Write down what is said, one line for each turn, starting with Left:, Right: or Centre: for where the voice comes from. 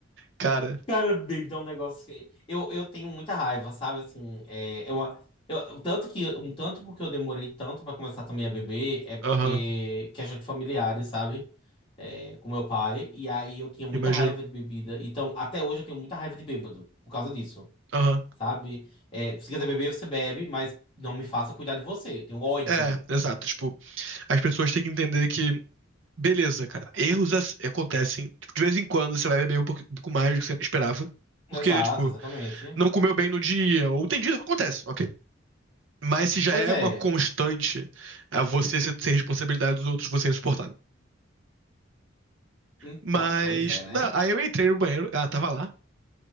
Right: Cara,
Left: Cara, David, é um negócio que eu, eu tenho muita raiva, sabe? Assim, é, é uma- eu, o tanto que um tanto porque eu demorei tanto pra começar também a beber é porque
Right: aham,
Left: questão de familiares, sabe? É, com meu pai, e aí eu tinha muita
Right: imagino.
Left: raiva de bebida. Então, até hoje eu tenho muita raiva de bêbado por causa disso,
Right: Aham.
Left: sabe? É, se quiser beber, você bebe, mas não me faça cuidar de você. Eu tenho ódio.
Right: É, exato, tipo. as pessoas têm que entender que, beleza, cara, erros ac- acontecem. Tipo, de vez em quando você vai beber um pouco, um pouco mais do que você esperava.
Left: Exato,
Right: Porque, tipo,
Left: exatamente.
Right: não comeu bem no dia, ou tem dias que acontece, ok. Mas se já
Left: Pois
Right: é
Left: é.
Right: uma constante a você ser ser responsabilidade dos outros, você é insuportável.
Left: Então,
Right: Mas,
Left: pois é, né?
Right: não, aí eu entrei no banheiro, ela tava lá.